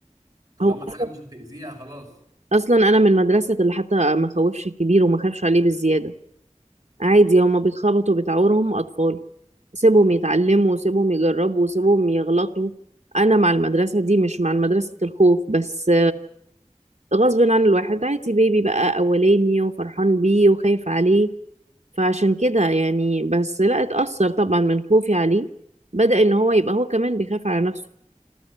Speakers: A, on the right (about 30°); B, on the right (about 70°).
A: طالما
B: هو
A: الحاجه
B: أصلا
A: مش هتاذيها خلاص
B: أصلاً أنا من مدرسة اللي حتى ما خوفش الكبير وما خافش عليه بالزيادة عادي هما بيتخبطوا بتعورهم أطفال سيبهم يتعلموا سيبهم يجربوا سيبهم يغلطوا أنا مع المدرسة دي مش مع مدرسة الخوف بس غصب عن الواحد عادي بيبي بقى أولاني وفرحان بيه وخايف عليه فعشان كده يعني بس لا اتأثر طبعا من خوفي عليه بدأ إن هو يبقى هو كمان بيخاف على نفسه